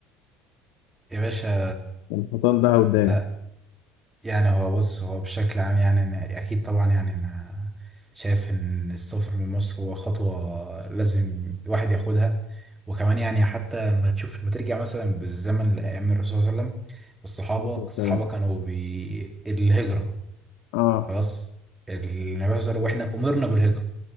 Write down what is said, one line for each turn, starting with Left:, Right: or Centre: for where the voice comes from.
Right: يا باشا
Left: والحيطان لها وداع
Right: لا يعني هو بص هو بشكل عام يعني أنا أكيد طبعا يعني أنا شايف إن السفر من مصر هو خطوة لازم الواحد ياخدها وكمان يعني حتى لما تشوف لما ترجع مثلا بالزمن لأيام الرسول صلى الله عليه وسلم والصحابة
Left: السلام
Right: الصحابة كانوا بالهجرة
Left: آه
Right: خلاص النبي صلى الله عليه وسلم وإحنا أمرنا بالهجرة